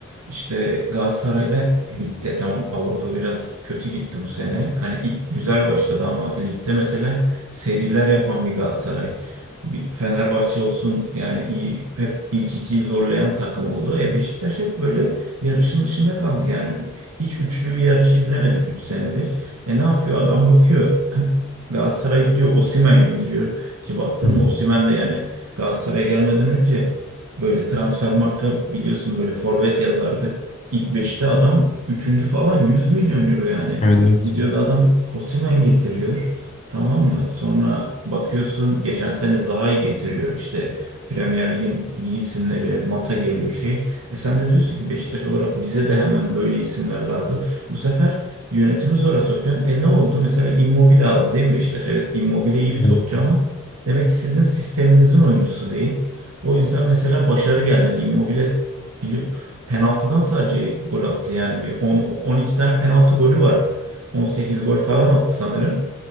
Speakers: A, on the right; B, on the left.
A: İşte Galatasaray'da ligde tamam Avrupa biraz kötü gitti bu sene. Hani ilk güzel başladı ama ligde mesela hep seriler yapan bir Galatasaray. Bir Fenerbahçe olsun yani iyi hep ilk ikiyi zorlayan takım oldu. E Beşiktaş hep böyle yarışın dışında kaldı yani. Hiç üçlü bir yarış izlemedik 3 senedir. E ne yapıyor adam bakıyor <clears throat> Galatasaray'a gidiyor Osimhen'i indiriyor ki baktın
B: Hı hı.
A: mı Osimhen de yani Galatasaray'a gelmeden önce böyle Transfermarkt'ta biliyorsun böyle forvet yazardık. İlk beşte adam üçüncü falan 100 milyon euro yani.
B: Evet, evet,
A: Gidiyor adam Osimhen getiriyor. Tamam mı? Sonra bakıyorsun geçen sene Zaha'yı getiriyor. İşte Premier Lig'in iyi isimleri Mata geliyor şey. E sen de diyorsun ki Beşiktaş olarak bize de hemen böyle isimler lazım. Bu sefer Yönetimi zora sokuyorsun. E ne oldu? Mesela Immobile aldı değil mi Beşiktaş? Evet Immobile iyi bir topçu
B: evet.
A: ama demek ki sizin sisteminizin oyuncusu değil. O yüzden mesela başarı gelmedi. Immobile biliyor, penaltıdan sadece gol attı. Yani bir 10, 12 tane penaltı golü var. 18 gol falan attı sanırım.